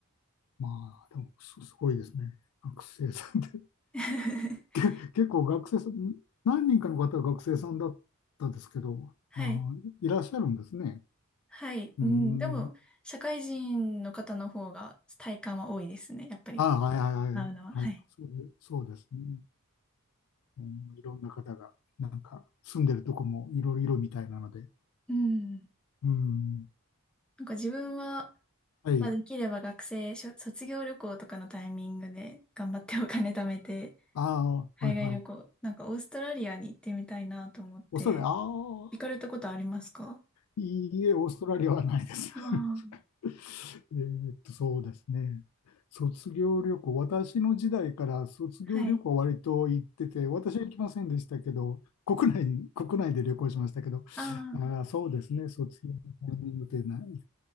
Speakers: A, on the left; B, in the centre.
A: まあ、でもす、すごいですね。学生さんで。
B: <laughs>
A: <laughs> 結構学生さん、何人かの方は学生さんだったんですけど、
B: はい。
A: あー、いらっしゃるんですね。
B: はい。
A: うん。
B: うん。でも、社会人の方の方が体感は多いですね。やっぱり、
A: ああ、はいはいはいはい。
B: 会うのは。
A: はい、
B: はい。
A: そうで、そうですね。うん、いろんな方が、なんか、住んでるとこもいろいろみたいなので。
B: うん。
A: うん。
B: なんか自分は、
A: はい。
B: まあ、できれば学生、しょ卒業旅行とかのタイミングで頑張ってお金貯めて、
A: ああ、
B: <laughs>
A: はいはい。
B: 海外旅行、なんかオーストラリアに行ってみたいなと思って、
A: オーストラリア、ああ、
B: 行かれたことありますか
A: いいえ、オーストラリアはないです。
B: ああ、
A: <laughs> えーっと、そうですね。卒業旅行、私の時代から卒業旅行は割と行ってて、
B: はい。
A: 私は行きませんでしたけど、国内、国内で旅行しましたけど、
B: ああ、
A: あー、そうですね、卒業のタイミングってない、